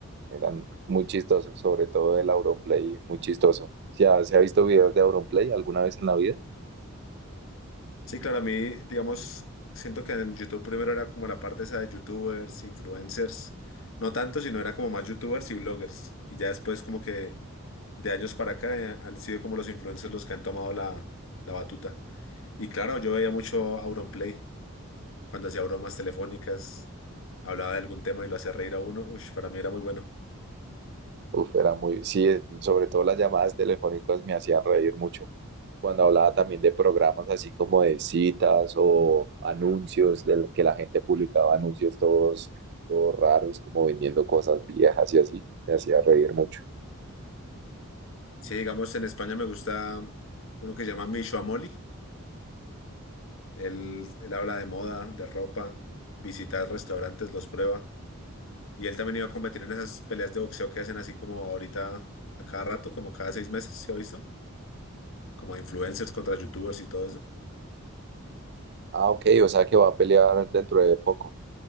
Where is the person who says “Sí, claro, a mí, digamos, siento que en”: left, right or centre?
Left